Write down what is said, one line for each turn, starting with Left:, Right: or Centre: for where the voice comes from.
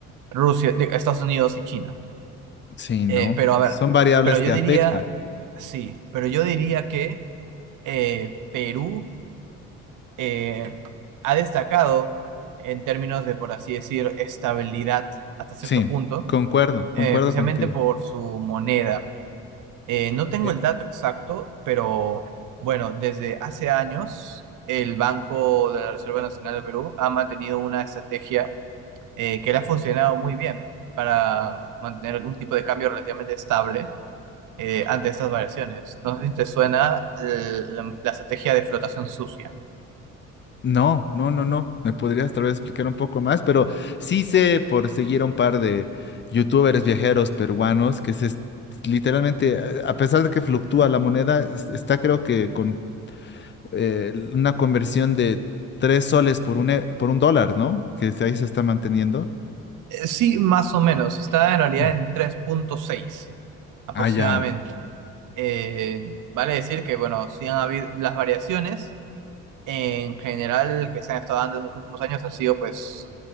Right: Rusia, de Estados Unidos y China.
Left: Sí, ¿no?
Right: Eh, pero a ver,
Left: Son variables
Right: pero yo
Left: que
Right: diría,
Left: afectan.
Right: sí, pero yo diría que eh, Perú eh, ha destacado en términos de, por así decir, estabilidad hasta cierto
Left: Sí,
Right: punto,
Left: concuerdo,
Right: eh,
Left: concuerdo
Right: especialmente
Left: contigo.
Right: por su moneda. Eh, no tengo
Left: Eh,
Right: el dato exacto, pero bueno, desde hace años el Banco de la Reserva Nacional del Perú ha mantenido una estrategia eh, que le ha funcionado muy bien para mantener algún tipo de cambio relativamente estable eh, ante estas variaciones. No sé si te suena eh, la la estrategia de flotación sucia.
Left: no, no, no, no. Me podrías tal vez explicar un poco más, pero sí sé por seguir a un par de youtubers viajeros peruanos que se es- literalmente, a a pesar de que fluctúa la moneda, es- está creo que con eh, una conversión de tres soles por un, e- por un dólar, ¿no? Que ahí se está manteniendo.
Right: Sí, más o menos. Está en realidad
Left: Mm.
Right: en tres punto seis, aproximadamente.
Left: Ah, ya,
Right: Eh, vale decir que, bueno, sí han habido las variaciones en general que se han estado dando en los últimos años han sido pues